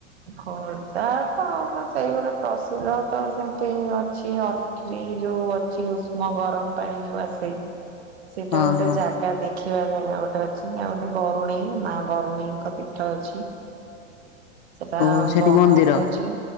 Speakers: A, on the right; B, on the left.
A: ଖୋର୍ଦ୍ଧା ତ ସେଇଭଳି ପ୍ରସିଦ୍ଧ ତ ସେମତି ହିଁ ଅଛି ଆଉ। ଏଇ ଯୋଉ ଅଛି ଉଷ୍ମ ଗରମ ପାଣି ଯୋଉ ଆସେ। ସେଇଟା
B: ହଁ
A: ଗୋଟେ
B: ହଁ
A: ଜାଗା ଦେଖିବା ଜାଗା ଗୋଟେ ଅଛି। ଆଉ ଗୋଟେ ବରୁଣେଇ ମା ବରୁଣେଇଙ୍କ ପୀଠ ଅଛି। ସେଟା
B: ଓ ସେଠି
A: ବଣ
B: ମନ୍ଦିର
A: ଭୋଜି